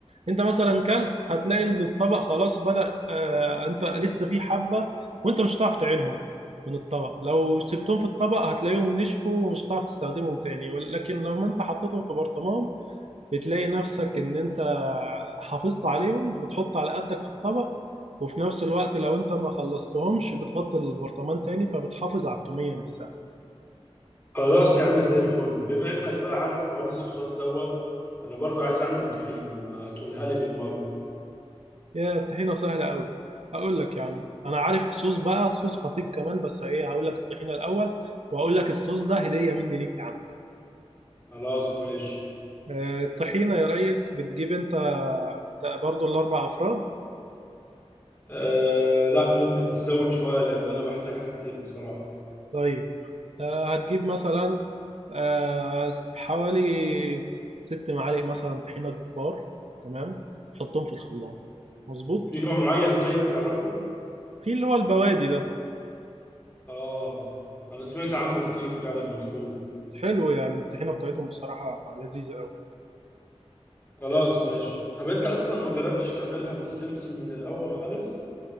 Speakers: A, on the right; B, on the left.
A: انت مثلا كلت هتلاقي ان الطبق خلاص بدأ آه انت لسه في حبة وانت مش هتعرف تعينهم من الطبق لو سبتهم في الطبق هتلاقيهم نشفوا ومش هتعرف تستخدمهم تاني ولكن لو انت حطيتهم في برطمان بتلاقي نفسك ان انت حافظت عليهم وبتحط على قدك في الطبق وفي نفس الوقت لو انت ما خلصتهمش بتغطي البرطمان تاني فبتحافظ على التومية نفسها
B: خلاص يا عم زي الفل بما انك بقى عارف حوار الصوصات دوت انا برضو عايز اعمل طحينة ما تقولها لي بالمرة
A: يا الطحينة سهلة أوي هقول لك يا عم أنا عارف صوص بقى صوص خطير كمان بس إيه هقول لك الطحينة الأول وهقول لك الصوص ده هدية مني ليك يا عم
B: خلاص ماشي
A: آه، الطحينة يا ريس بتجيب أنت برضو الأربع أفراد
B: أه لا ممكن تزود شوية لأن أنا بحتاجها كتير بصراحة
A: طيب آه، هتجيب مثلا آه، حوالي ست معالق مثلا طحينة كبار تمام تحطهم في الخلاط مظبوط
B: في نوع معين طيب تعرفه؟
A: في اللي هو البوادي ده
B: آه أنا سمعت عنه كتير فعلا مشهور
A: حلو يعني الطحينة بتاعتهم بصراحة لذيذة أوي
B: خلاص ماشي طب أنت أصلا ما جربتش تعملها بالسمسم من الأول خالص؟